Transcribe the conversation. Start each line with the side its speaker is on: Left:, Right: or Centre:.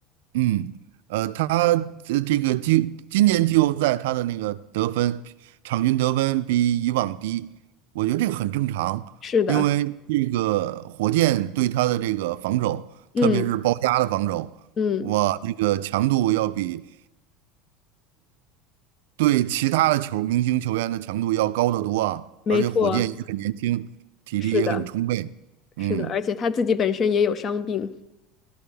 Right: 嗯，呃，他这这个今今年季后赛他的那个得分，场均得分比以往低，我觉得这个很正常，
Left: 是的，
Right: 因为这个火箭对他的这个防守，
Left: 嗯
Right: 特别是包夹的防守。
Left: 嗯，
Right: 哇，这个强度要比对其他的球明星球员的强度要高得多啊，
Left: 没错。
Right: 而且火箭也很年轻，体力也很充沛。
Left: 是的，
Right: 嗯，
Left: 是的，而且他自己本身也有伤病，